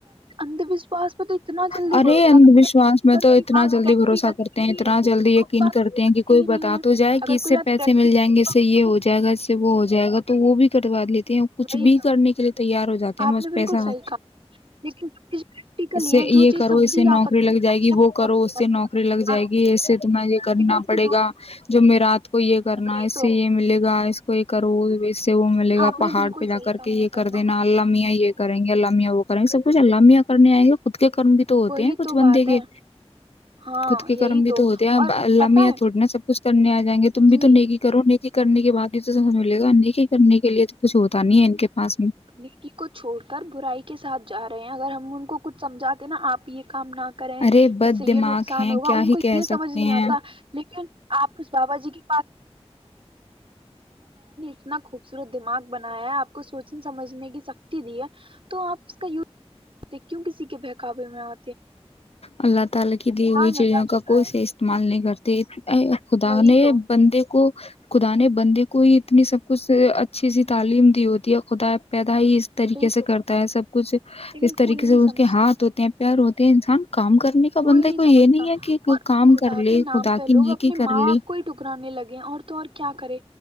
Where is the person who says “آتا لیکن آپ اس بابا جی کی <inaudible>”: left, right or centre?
Right